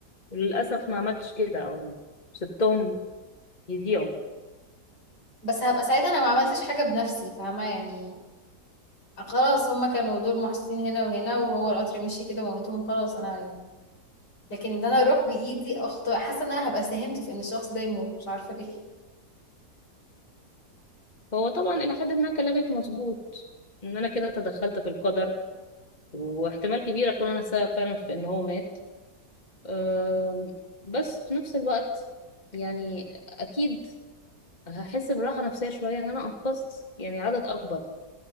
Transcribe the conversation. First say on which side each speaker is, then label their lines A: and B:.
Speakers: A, on the left; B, on the left.
A: وللاسف ما عملتش كده او سبتهم يضيعوا
B: بس هبقى ساعتها انا ما عملتش حاجة بنفسي فاهمة يعني خلاص هما كانوا دول محطوطين هنا وهنا وهو القطر مشي كده موتهم خلاص انا يعني لكن ان انا اروح بايدي اخطاء حاسه ان انا هبقى ساهمت في ان الشخص ده يموت مش عارفه ليه
A: هو طبعا إلى حد ما كلامك مظبوط إن أنا كده تدخلت في القدر واحتمال كبير أكون أنا سبب فعلا في إن هو مات أم، بس في نفس الوقت يعني أكيد هحس براحة نفسية شوية إن أنا أنقذت يعني عدد أكبر